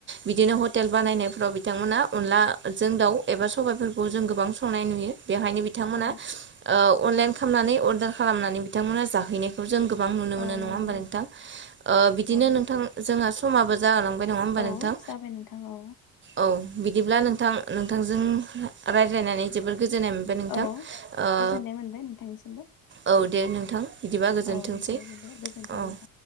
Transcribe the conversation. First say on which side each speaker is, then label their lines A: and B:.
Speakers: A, on the right (about 30°); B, on the left (about 60°).
A: बिदिनो हटेल बानायनायफ्राव बिथांमोना अनलाजों दाउ एबा सबायाइफोरखौ खौ जों गोबां संनाय नुयो बेवहायनो बिथांमोना
B: औ
A: ओ अनलाइन खालामनानै अर्डार खालामनानै बिथांमोना जाहैनायखौ जों गोबां नुनो मोनो
B: औ
A: नङा
B: नंगौ
A: होमबा नोंथां ओ बिदिनो
B: औ
A: नोंथां जोंहा समाबो जाहोहोलांबाय नङा होमबा
B: औ
A: नोंथां
B: जाबाय नोंथां औ
A: औ बिदिब्ला नोंथां नोंथांजों रायज्लायनानै जोबोर गोजोननाय मोनबाय नोंथां
B: औ गोजोननाय मोनबाय नोंथांनिसिमबो
A: औ दे नोंथां बिदिबा गोजोनथोंसै
B: औ दे
A: औ
B: बिदिबा गोजोनथों नोंथां।